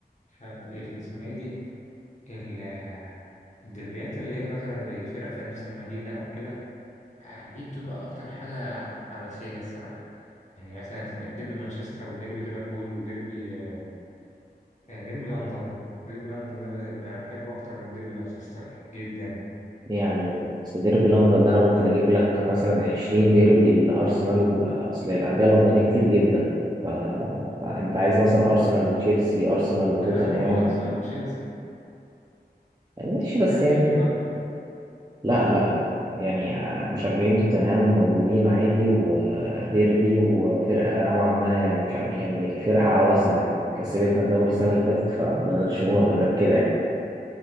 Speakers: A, on the left (about 45°); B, on the right (about 25°).
A: فاللي اسمها ايه دي ال- الدربيات اللي هي مثلا زي فرق في نفس المدينه او كده آه، دي بتبقى أكتر حاجة حماسية الصراحة يعني مثلا ديربي مانشستر وديربي ليفربول وديربي آه، آه، ديربي لندن ديربي لندن ده ب- أنا بحبه أكتر من ديربي مانشستر جدا
B: يعني أصل ديربي لندن ده أنا ممكن أجيب لك مثلا 20 ديربي لأرسنال أصل الأندية اللندنية كتير جدا ف... فأنت عايز مثلا أرسنال وتشيلسي أرسنال وتوتنهام
A: لا لا هو أرسنال وتشيلسي
B: ماشي
A: توتنهام
B: بس يعني
A: مين يا راجل
B: لا لا لا يعني مشجعين توتنهام موجودين عادي وديربي وفرقة نوعا ما يعني مش عارف- يعني فرقة على راسنا يعني كسبتنا الدوري السنة اللي فاتت فما نقدرش نقول غير كده يعني